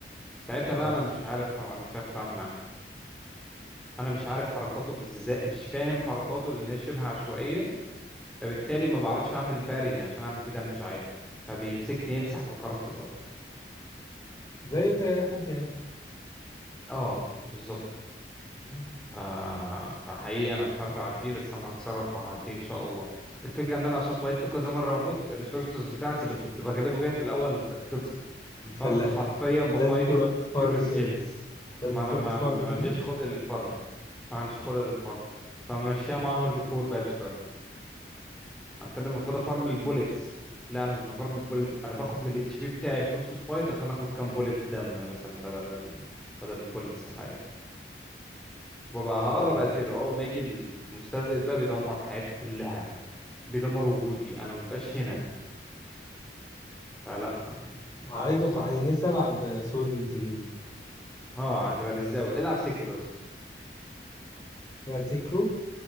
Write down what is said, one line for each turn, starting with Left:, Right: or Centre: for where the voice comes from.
Centre: ساعتها بقى
Left: اه
Centre: انا مش عارف انا مش عارف اتعامل معاه انا مش عارف حركاته ازاي مش فاهم حركاته لان هي شبه عشوائية فبالتالي ما بعرفش اعمل باري عشان اعمل فيه دامج عالي فبيمسكني يمسح بكرامتي الارض
Left: زيه زي اي حد يعني
Centre: اه بالظبط
Left: مم.
Centre: ف... فحقيقي انا مش عارف اعديه بس انا هتصرف وهعديه ان شاء الله الفكره ان انا عشان فايتته كذا مره واموت الريسورسز بتاعتي اللي كنت بغلبه بيها في الاول خلصت
Left: اتفلقت
Centre: فانا حرفيا بفايته
Left: لازم تروح تفارم
Centre: بيور سكيلز
Left: تاني لازم
Centre: ما
Left: تروح
Centre: انا ما,
Left: تفارم
Centre: ما
Left: تاني
Centre: عنديش خلق للفارم ما عنديش خلق للفارم فمشيها مع هارد كور بقالي شويه عارفين المفروض افارم البوليتس لا انا مش بفارم البوليتس انا باخد من الاتش بي بتاعي في نص الفايت عشان اخد كام بوليت دم مثلا بدل ال... بدل البوليتس الحقيقية وببقى هقرب
Left: آه.
Centre: اقتله اول ما يجي المستهزئ ده بيدمر حياتي كلها بيدمر وجودي انا مبقاش هنا فلا الموضوع
Left: عايز
Centre: صعب
Left: أتع- نفسي العب سولز جيم
Centre: اه هتبقى للزاوية العب سيكرو يا اسطى
Left: لا سيكرو